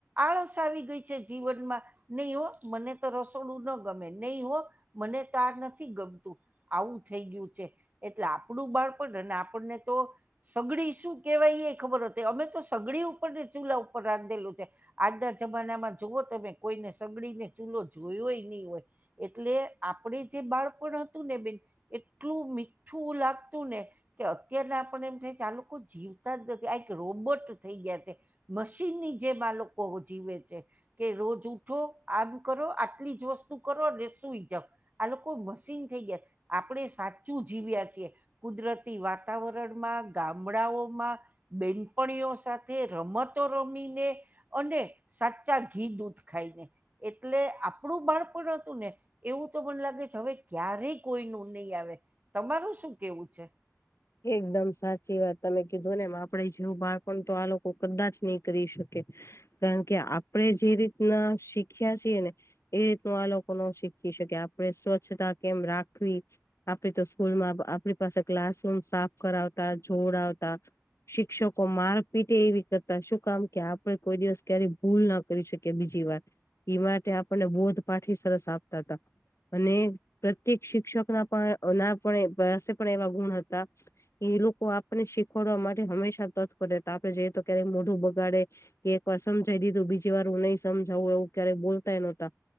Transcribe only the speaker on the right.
આળસ આવી ગઈ છે જીવનમાં નહીઓ. મને તો રસોડું ના ગમે નહી હો મને તો આ નથી ગમતું. આવું થઈ ગયું છે એટલે આપણું બાળપણ ને આપણને તો સગડી શું કેવાય એ ખબર હતી અમે તો સગડી ઉપર ને ચૂલા ઉપર રાંધેલું છે. આના જમાનામાં જોુવઓ તમે કોઈને સગડી ને ચૂલો જોયોય નહી હોય. એટલે આપડે જે બાળપણ હતું ને બેન એટલું મીઠું લાગતુંને કે અત્યાર આપણ એમ થાય છે આ લોકો જીવતાજ નથી આ એક રોબોટ થઈ ગયા છે. મશીનની જેમાં લોકો જીવે છે કે રોજ ઉઠો આમ કરો આટલીજ વસ્તુ કરો અને સૂઈજાઓ. આ લોકો મશીન થઈ ગયા આપણેે સાચું જીવ્યા છીએ. કુદરતી વાતાવરણમાં ગામડાઓમાં બેનપણીઓ સાથે રમતો રમીને અને સાચા ઘી દૂધ ખાઈને. એટલે આપણું બાળપણ હતું ને એવું તો મને લાગે છે હવે ક્યારેય કોઈ ન નહીં આવે તમારું શું કેવું છે.